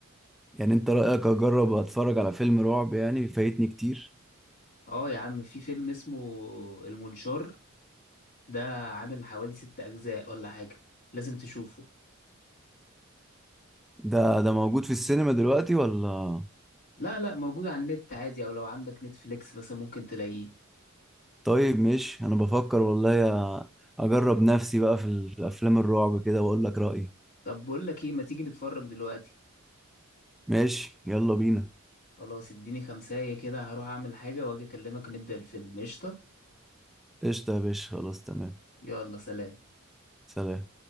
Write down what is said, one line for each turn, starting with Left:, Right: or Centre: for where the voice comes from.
Centre: يعني انت رأيك اجرب اتفرج على فيلم رعب يعني فايتني كتير
Left: أه يا عم في فيلم اسمه المنشار ده عامل حوالي ست أجزاء ولا حاجة لازم تشوفه
Centre: ده ده موجود في السينما دلوقتي ولا
Left: لا لا موجود على النت عادي أو لو عندك نتفليكس مثلا ممكن تلاقيه
Centre: طيب مش انا بفكر والله أ- اجرب نفسي بقى في الافلام الرعب كده واقول لك رأيي
Left: طب بقول لك ايه ما تيجي نتفرج دلوقتي
Centre: ماشي يلا بينا
Left: خلاص اديني خمساية كده هروح اعمل حاجة واجي اكلمك نبدأ الفيلم قشطة
Centre: قشطة يا باشا خلاص تمام
Left: يلا سلام
Centre: سلام